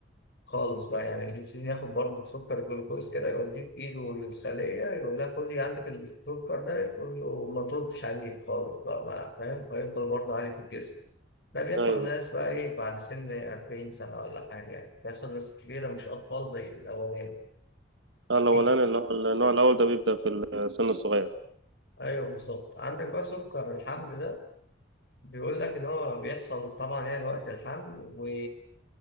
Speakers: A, on the left (about 55°); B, on the right (about 70°).
A: خالص بقى يعني الأنسولين ياخد برضه سكر جلوكوز كده يوديه في إيده للخلية يقول لها خدي عندك السكر ده تقول له ما تردش عليه خالص بقى ما فاهم فيفضل برضه عالي في الجسم ده بيحصل
B: ايوه
A: للناس
B: بس
A: بقى إيه بعد سن 40 سنة ولا حاجة يعني بيحصل لناس كبيرة مش أطفال زي الأولاني
B: آه، الاولاني
A: فيه
B: اللي هو النوع الاول ده بيبدا في السن الصغير
A: ايوه بالظبط عندك بقى سكر الحمل ده بيقول لك ان هو بيحصل طبعا يعني وقت الحمل و...